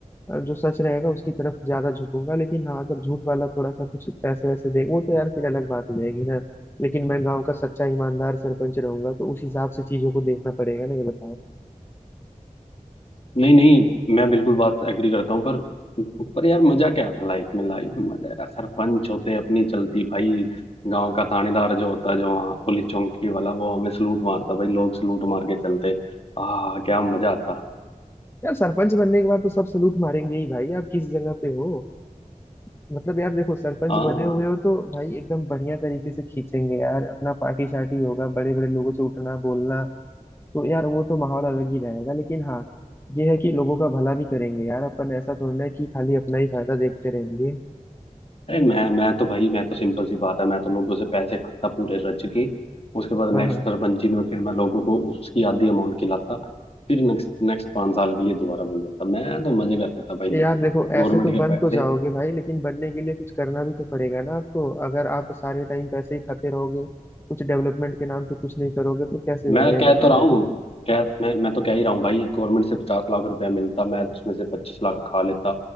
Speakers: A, on the left; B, on the left.
A: अ, जो सच रहेगा उसकी तरफ ज्यादा झुकूंगा लेकिन हाँ अगर झूठ वाला थोड़ा सा कुछ पैसे वैसे दे वो तो यार फिर अलग बात हो जाएगी ना लेकिन मैं गांव का सच्चा ईमानदार सरपंच रहूंगा तो उस हिसाब से चीजों को देखना पड़ेगा ना ये बताओ
B: नहीं नहीं मैं बिल्कुल बात एग्री करता हूँ पर पर यार मजा क्या था लाइफ में लाइफ में मजा यार सरपंच होते अपनी चलती भाई गांव का थानेदार जो होता जो वहाँ पुलिस चौकी वाला वो हमें सलूट मारता भाई लोग सलूट मार के चलते आ क्या मजा आता
A: यार सरपंच बनने के बाद तो सब सलूट मारेंगे ही भाई आप किस जगह पे हो मतलब यार देखो सरपंच
B: हाँ
A: बने हुए हो तो भाई एकदम बढ़िया तरीके से खींचेंगे यार अपना पार्टी शार्टी होगा बड़े बड़े लोगों से उठना बोलना तो यार वो तो माहौल अलग ही रहेगा लेकिन हाँ ये है कि लोगों का भला भी करेंगे यार अपन ऐसा थोड़ी ना है कि खाली अपना ही फायदा देखते रहेंगे
B: अरे मैं मैं तो भाई मैं तो सिंपल सी बात है मैं तो लोगों से पैसे खाता पूरे रज के उसके बाद
A: हाँ
B: नेक्स्ट
A: हाँ।
B: सरपंची में फिर मैं लोगों को उसकी आधी अमाउंट खिलाता फिर नेक्स्ट नेक्स्ट पाँच साल के लिए दोबारा बन जाता मैं तो मजे करता भाई
A: यार देखो ऐसे
B: गवर्नमेंट
A: तो
B: के
A: बन
B: पैसे
A: तो जाओगे भाई लेकिन बनने के लिए कुछ करना भी तो पड़ेगा ना आपको अगर आप सारे टाइम पैसे ही खाते रहोगे कुछ डेवलपमेंट के नाम पे कुछ नहीं करोगे तो कैसे होगा
B: मैं
A: ये
B: कह
A: बताओ
B: तो रहा हूँ
A: मुझे
B: कह मैं मैं तो कह ही रहा हूँ भाई गवर्नमेंट से पचास लाख रुपया मिलता मैं उसमें से पच्चीस लाख खा लेता